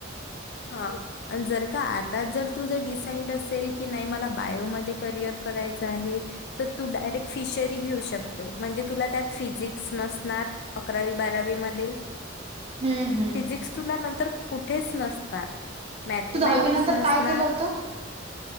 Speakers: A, on the left; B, on the right.
A: हा आणि जर का आताच जर तुझं डिसाईड असेल, की नाही मला बायोमध्ये करिअर करायचं आहे म्हणजे, तर तु डायरेक्ट फिशरी घेवू शकते, म्हणजे तुला त्यात फिजिक्स नसणार. अकरावी बारावी मध्ये
B: हम्म हम्म
A: फिजिक्स तुला नंतर कुठेच नसणार. मॅथमॅटिक्स
B: तू दहावी नंतर
A: नसणार.
B: काय केलं होतं